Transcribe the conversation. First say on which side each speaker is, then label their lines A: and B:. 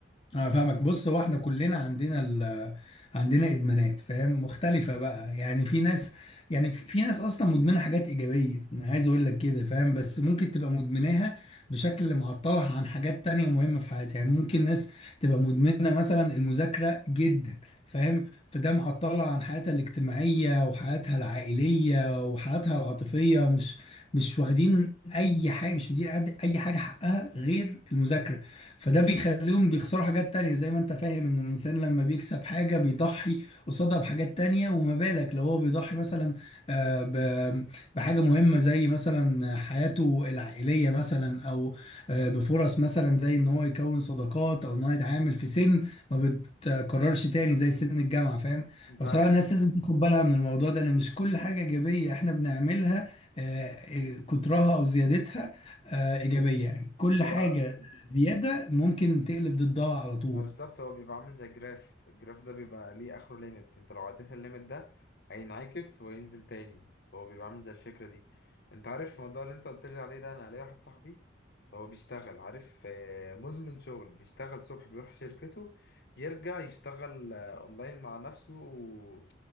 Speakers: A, on the left; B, on the left.
A: انا فاهمك بص هو احنا كلنا عندنا ال... عندنا ادمانات فاهم مختلفه بقى يعني في ناس يعني في في ناس اصلا مدمنه حاجات ايجابيه انا عايز اقول لك كده فاهم بس ممكن تبقى مدمناها بشكل معطلها عن حاجات تانية مهمه في حياتها يعني ممكن ناس تبقى مدمنه مثلا المذاكره جدا فاهم فده معطلها عن حياتها الاجتماعيه وحياتها العائليه وحياتها العاطفيه مش مش واخدين اي حاجه مش مدين اي حاجه حقها غير المذاكره فده بيخليهم بيخسروا حاجات تانية زي ما انت فاهم انه الانسان لما بيكسب حاجة بيضحي قصادها بحاجات تانية وما بالك لو هو بيضحي مثلا آه، ب- بحاجة مهمة زي مثلا حياته العائلية مثلا او آه، بفرص مثلا زي ان هو يكون صداقات او ان هو يتعامل في سن ما بتكررش تاني زي سن الجامعة فاهم
B: انت
A: فبصراحة
B: عارف
A: الناس لازم تاخد بالها من الموضوع ده ان مش كل حاجة ايجابية احنا بنعملها آه، آه، كترها او زيادتها آه، ايجابية يعني كل
B: موضوع
A: حاجة زياده ممكن تقلب ضدها على طول
B: ما بالظبط هو بيبقى عامل زي جراف الجراف ده بيبقى ليه اخره ليميت انت لو عديت الليميت ده هينعكس وينزل تاني هو بيبقى عامل زي الفكرة دي انت عارف الموضوع اللي انت قلت لي عليه ده انا ليا واحد صاحبي هو بيشتغل عارف آه، مدمن شغل بيشتغل الصبح بيروح شركته يرجع يشتغل آه، اونلاين مع نفسه و-